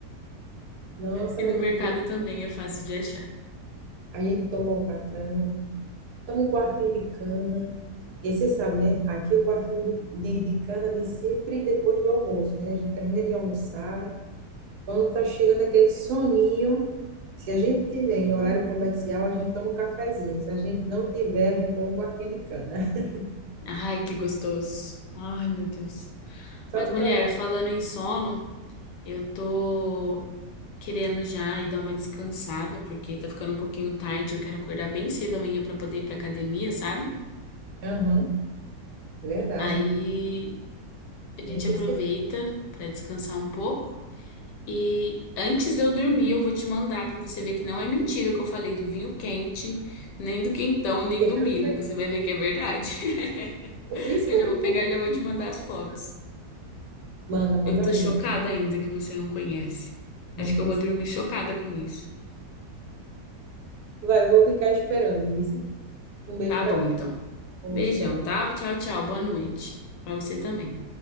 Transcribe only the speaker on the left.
E
no mercado
também é fácil de achar.
Uhum.
Ai, que gostoso. Ai, meu Deus.
Mas,
mulher,
falando em sono, eu tô querendo já e dar uma descansada, porque tá ficando um pouquinho tarde, eu quero acordar bem cedo amanhã pra poder ir pra academia, sabe?
Aí a gente
aproveita pra descansar um pouco e antes de eu dormir, eu vou te mandar pra você ver que não é mentira que eu falei do vinho quente, nem do quentão, nem
do milho.
Você vai ver que é verdade. <laughs>
Eu já vou pegar
e já
vou te mandar
as fotos.
Eu tô
chocada ainda que você não conhece.
Acho
que eu vou dormir chocada com isso.
Tá
bom,
então.
Beijão,
tá? Tchau, tchau. Boa noite. Pra você também.